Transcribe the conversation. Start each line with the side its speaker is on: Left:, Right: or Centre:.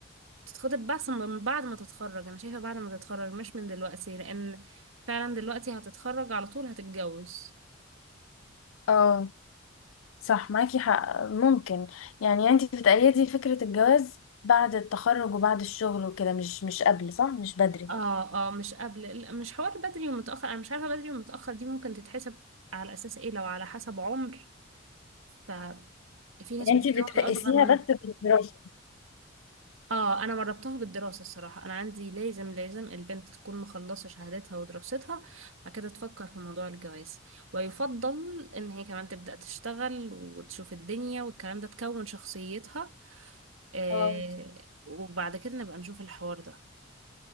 Right: تتخطب بس من بعد ما تتخرج أنا شايفة بعد ما تتخرج مش من دلوقتي لأن فعلا دلوقتي هتتخرج على طول هتتجوز
Left: اه صح معاكي حق ممكن يعني انت بتأيدي فكرة الجواز بعد التخرج وبعد الشغل وكده مش مش قبل صح مش بدري
Right: اه اه مش قبل لا، مش حوار بدري ومتأخر انا مش عارفة بدري ومتأخر دي ممكن تتحسب على اساس ايه لو على حسب عمر ففي ناس
Left: يعني
Right: بتتجوز
Left: انت بتقيسيها
Right: اصغر منها
Left: بس بالدراسة
Right: اه انا مربطها بالدراسة الصراحة انا عندي لازم لازم البنت تكون مخلصة شهادتها ودراستها بعد كده تفكر في موضوع الجواز ويفضل ان هي كمان تبدأ تشتغل وتشوف الدنيا والكلام ده تكون شخصيتها آه
Left: اه
Right: وبعد كده نبقى نشوف الحوار ده